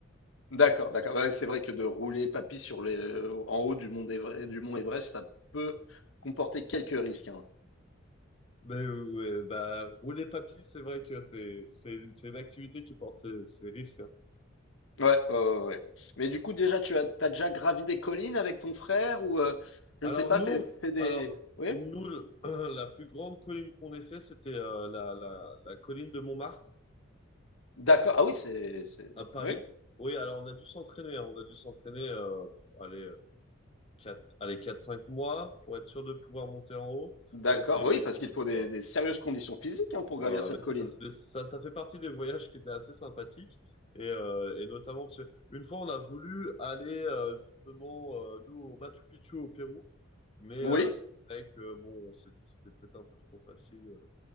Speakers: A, on the left; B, on the left.
A: D'accord, d'accord. Ouais, c'est vrai que de rouler papy sur les, euh, en haut du mont Évre- du mont Everest, ça peut comporter quelques risques. hein.
B: Mais euh, ouais, bah, rouler papy, c'est vrai que c'est c'est c'est une activité qui porte ses, ses risques. hein.
A: Ouais, ouais, ouais. ouais. Mais du coup, déjà, tu as, t'as déjà gravi des collines avec ton frère ou, euh,
B: Alors
A: je ne sais pas,
B: nous,
A: fait, fait des.
B: alors
A: Oui?
B: nous, le- <clears throat> la plus grande colline qu'on ait fait, c'était euh, la, la, la colline de Montmartre
A: D'accord. Ah oui, c'est, c'est.
B: à Paris.
A: Oui.
B: Oui, alors on a dû s'entraîner, hein, on a dû s'entraîner, euh, allez, euh, quatre, allez, quatre cinq mois pour être sûr de pouvoir monter en haut.
A: D'accord,
B: Mais c'est
A: bah oui, parce
B: bon,
A: qu'il faut des,
B: voilà.
A: des sérieuses conditions physiques hein, pour
B: Voilà,
A: gravir cette
B: mais
A: colline.
B: ça, ça, ça fait partie des voyages qui étaient assez sympathiques. Et, euh, et notamment, parce que une fois, on a voulu aller euh, justement, euh, nous, au Machu Picchu au Pérou. Mais
A: Oui,
B: euh, c'est vrai que, bon, on s'est dit que c'était peut-être un peu trop facile. euh,